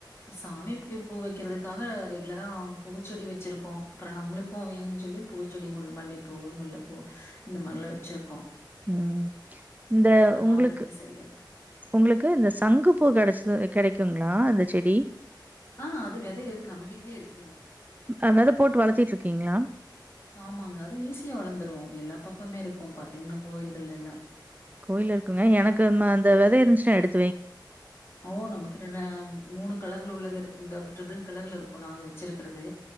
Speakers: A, on the left (about 30°); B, on the right (about 20°).
A: சாமிப்க்கு பூ வைக்கிறதுக்காக ரெகுலரா பூச்செடி வெச்சிருப்போ ப்புறோ நம்மளுக்கு வேணுன் சொல்லி பூச்செடி முல் மல்லிப்பூவு முல்லப்பூ இந்த மார்லா வெச்சிருக்கோ
B: உம் இந்த உங்ளுக்கு
A: பாக்குறதுக்கே சரியா இருக்கு.
B: உங்ளுக்கு இந்த சங்கு பூ கெடைச்சது கெடைக்குங்ளா அந்த செடி
A: ஆஹ் அது வெத இருக்கு நம்ம வீட்லியே இருக்குங்க
B: அ வெத போட்டு வளத்திட்டு இருக்கீங்களா?
A: ஆமாங்க அது ஈஸியா வளந்துரு எல்லா பக்கமே இருக்கு பாத்திங்ன்னா கோயில்கள்ல எல்லா
B: கோயில்ல இருக்குங்க எனக்கு ம அந்த வெத இருஞ்ச்சுனா எடுத்
A: ஓ நம்கிட்ட‌ நம் மூணு கலர்ல உள்ளது இருக்குங் டபு ட்ரிபிள் கலர்ல இருக்கு நாங்க வெச்சிருக்கிறது